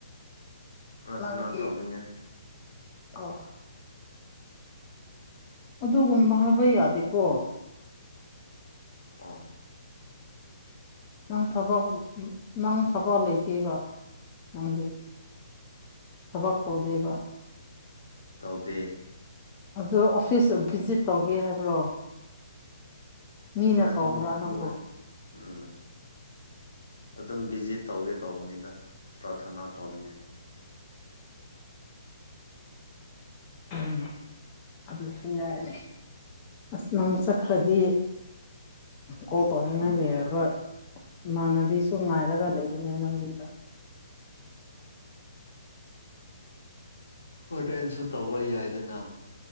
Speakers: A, on the left; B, on the left.
A: ꯄ꯭ꯔꯥꯊꯅꯥ
B: ꯅꯪꯒꯤ
A: ꯇꯧꯅꯤꯡꯉꯥꯏ
B: ꯑꯣ ꯑꯗꯨꯒꯨꯝꯕ ꯍꯥꯏꯕ ꯌꯥꯗꯦꯀꯣ
A: <unintelligible>
B: ꯅꯪ ꯊꯕꯛ ꯅꯪ ꯊꯕꯛ ꯂꯩꯇꯦꯕ ꯅꯪꯗ ꯊꯕꯛ
A: ꯎꯝ
B: ꯇꯧꯗꯦꯕ
A: ꯇꯧꯗꯦ
B: ꯑꯗ ꯑꯣꯐꯤꯁ ꯚꯤꯖꯤꯠ ꯇꯧꯒꯦ ꯍꯥꯏꯕ꯭ꯔꯣ ꯃꯤꯅ
A: ꯍꯣꯏ ꯑꯗꯨꯝ
B: ꯀꯧꯕ꯭ꯔꯥ ꯅꯪꯕꯣ
A: ꯀꯣꯏ ꯎꯝ ꯑꯗꯨꯝ ꯚꯤꯖꯤꯠ ꯇꯧꯒꯦ ꯇꯧꯕꯅꯤꯗ ꯄ꯭ꯔꯥꯊꯅꯥ ꯇꯧꯅꯤꯡꯉꯥꯏ
B: <unintelligible> ꯑꯗꯨꯁꯨ ꯌꯥꯏꯔꯦ <unintelligible> ꯑꯁ ꯅꯪ ꯆꯠꯈ꯭ꯔꯗꯤ ꯀꯣꯜ ꯇꯧꯅꯤꯡꯉꯥꯏ ꯂꯩꯔꯔꯣꯏ ꯏꯃꯥꯟꯅꯕꯤꯁꯨ ꯉꯥꯏꯔꯒ ꯂꯩꯕꯅꯦ ꯅꯪꯒꯤꯗ
A: ꯍꯣꯔꯦꯟꯁꯨ ꯇꯧꯕ ꯌꯥꯏꯗꯅ